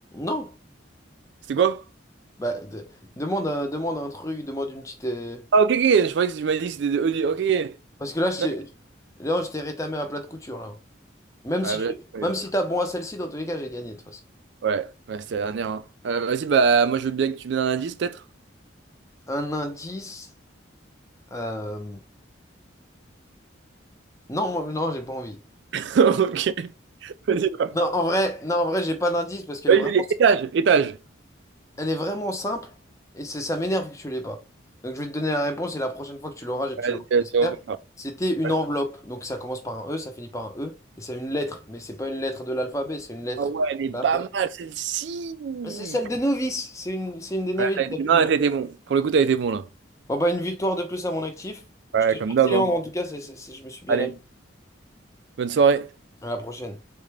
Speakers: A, on the left; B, on the right.
A: Non!
B: C'était quoi?
A: Bah, de- demande un, demande un truc, demande une petite. euh,
B: Ah, ok, ok, je croyais que tu m'as dit que c'était des E. du- Ok, ok.
A: Parce que là, je
B: Non.
A: t'ai- Léandre, je t'ai rétamé à plat de couture, là. Même
B: Ouais,
A: si
B: bah
A: tu...
B: là, c'est pas
A: Même
B: grave.
A: si t'as bon à celle-ci, dans tous les cas, j'ai gagné, de toute façon.
B: ouais, ouais, c'était la dernière. hein. Euh, vas-y, bah, moi, je veux bien que tu me donnes un indice, peut-être.
A: Un indice. euh, Non, moi, non, j'ai pas envie.
B: <laughs> Ok. Vas-y, bah.
A: Non, en vrai, non, en vrai, j'ai pas d'indice parce qu'elle
B: Vas-y,
A: est vraiment,
B: vas-y, étage, étage.
A: elle est vraiment simple et c'est, ça m'énerve que tu l'aies pas. Donc je vais te donner la réponse et la prochaine fois que tu l'auras, tu
B: Vas-y,
A: l'auras,
B: vas-y,
A: j'espère.
B: on fait ça.
A: C'était une
B: Ouais.
A: enveloppe. Donc ça commence par un E, ça finit par un E et c'est une lettre, mais c'est pas une lettre de l'alphabet, c'est une lettre
B: Ah ouais, elle est
A: de la
B: pas
A: poste.
B: mal, celle-ci.
A: Mais C'est celle des novices. C'est une, c'est une des novices.
B: Ouais, t'as
A: je
B: été...
A: t'avais
B: Non,
A: dit.
B: t'as été bon. Pour le coup, t'as été bon, là.
A: Bon bah une victoire de plus à mon actif.
B: Ouais,
A: Je te remercie
B: comme d'hab,
A: Léandre
B: hein.
A: en tout cas, c'est- c'est- c'est- je me suis bien
B: Allez,
A: amusé.
B: bonne soirée.
A: À la prochaine.